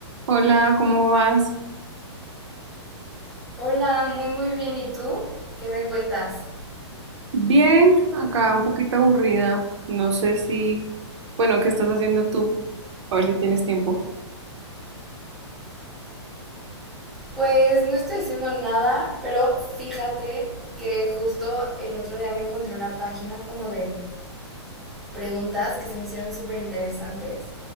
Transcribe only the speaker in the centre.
Hola, muy muy bien. ¿Y tú? ¿Qué me cuentas?
Pues no estoy haciendo nada, pero fíjate que justo el otro día me encontré una página como de preguntas que se me hicieron súper interesantes.